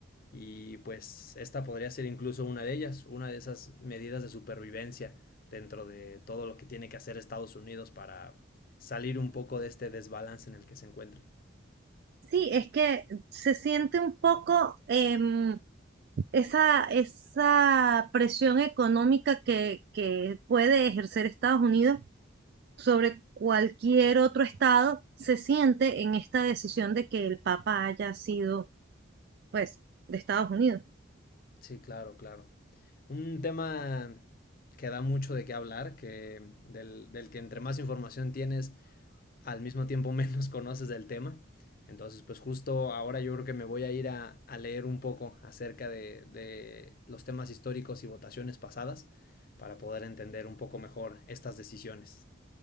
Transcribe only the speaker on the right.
Sí, es que se siente un poco, em, esa, esa presión económica que, que puede ejercer Estados Unidos sobre cualquier otro estado se siente en esta decisión de que el Papa haya sido, pues, de Estados Unidos.